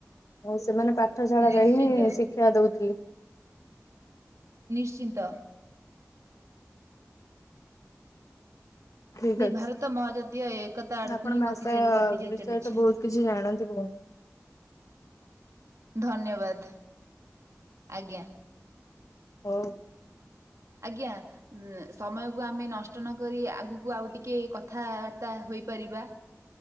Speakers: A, on the left; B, on the right.
A: ଆଉ ସେମାନେ ପାଠଶାଳାରେ
B: ନିଶ୍ଚିନ୍ତ
A: ହିଁ ଶିକ୍ଷା ଦଉଥିଲେ।
B: ନିଶ୍ଚିନ୍ତ।
A: ଠିକ
B: ଦି
A: ଅଛି
B: ଭାରତ ମହାଜାତୀୟ ଏକତା ଆଡ଼କୁ
A: ଆପଣ
B: ହିଁ
A: ଭାଷା
B: ଗତି <unintelligible> ଗତି କରି
A: ବିଷୟରେ
B: ଚାଲିଛି।
A: ତ ବହୁତ କିଛି ଜାଣନ୍ତି ଭଉଣୀ
B: ଧନ୍ୟବାଦ ଆଜ୍ଞା।
A: ହଉ।
B: ଆଜ୍ଞା। ଉ ସମୟକୁ ଆମେ ନଷ୍ଟ ନକରି ଆଗକୁ ଆଉ ଟିକେ କଥାବାର୍ତ୍ତା ହୋଇପାରିବା। ହ <inaudible>